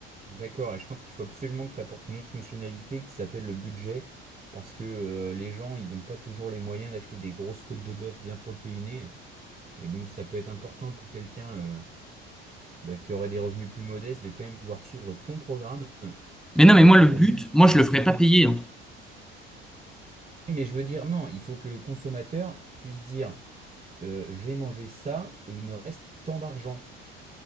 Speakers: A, on the right; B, in the centre.
A: D'accord, et je pense qu'il faut absolument que tu apportes une autre fonctionnalité qui s'appelle le budget, parce que euh, les gens, ils n'ont pas toujours les moyens d'acheter des grosses côtes de bœuf bien protéinées, et donc ça peut être important pour quelqu'un euh, bah, qui aurait des revenus plus modestes de quand même pouvoir suivre ton programme
B: Mais non
A: et
B: mais
A: le
B: moi
A: faire
B: le but,
A: au mieux
B: moi je
A: avec
B: le ferais
A: ses moyens.
B: pas payer. hein.
A: Mais je veux dire, non, il faut que le consommateur puisse dire, euh, j'ai mangé ça et il me reste tant d'argent.